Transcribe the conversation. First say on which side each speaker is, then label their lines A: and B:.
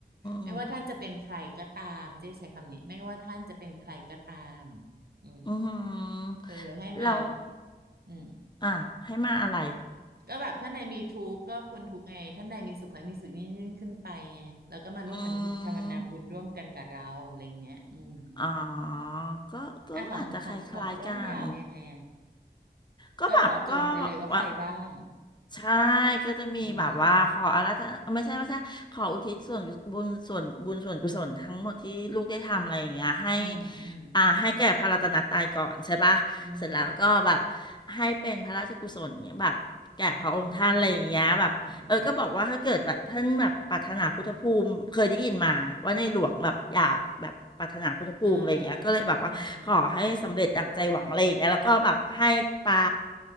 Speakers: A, on the right (about 60°); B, on the left (about 25°).
A: ไม่ว่าท่านจะเป็นใครก็ตามเจ๊ใช้คำนี้ไม่ว่าท่านจะเป็นใครก็ตาม
B: ม
A: อืม
B: อืม
A: เออให้มาแบบ
B: เรา
A: อืม
B: อ่า ให้มาอะไร
A: ก็แบบท่านใดมีทุกข์ก็พ้นทุกข์ไงท่านใดมีสุขให้มีสุขยิ่งยิ่งขึ้นไปไงแล้วก็มาร่วมอนุโมทนาบุญร่วมกันกับเราอะไรอย่างเงี้ยอืม
B: อืม อ๋อ ก็ก็อาจจะคล้ายๆกัน
A: อ่ะของของของอ้วนยาวยังไงอ่ะ
B: ก็แบบก็แบบว่า
A: ก็เจาะจงไปเลยว่าใครบ้าง
B: ใช่ก็จะมีแบบว่าขออาราธนาไม่ใช่ไม่ใช่ขออุทิศส่วนบุญส่วนบุญส่วนกุศลทั้งหมดที่ลูกได้ทำอะไรอย่างเงี้ยให้
A: อืม อืมอืม
B: อ่าให้แก่พระรัตนตรัยก่อนใช่ปะเสร็จแล้วก็แบบ
A: อืม
B: ให้เป็นพระราชกุศลแบบแก่พระองค์ท่านอะไรอย่างเงี้ยแบบเออก็บอกว่าถ้าเกิดแบบท่านแบบปรารถนาพุทธภูมิเคยได้ยินมาว่าในหลวงแบบอยากแบบปรารถนาพุทธภูมิอะไรอย่างเงี้ยก็เลยแบบว่าขอให้สำเร็จดังใจหวังอะไรอย่างเงี้ยแล้วก็แบบให้ป้า
A: อืมอืมอืมอืมอืมอืมอ่าฮะอืม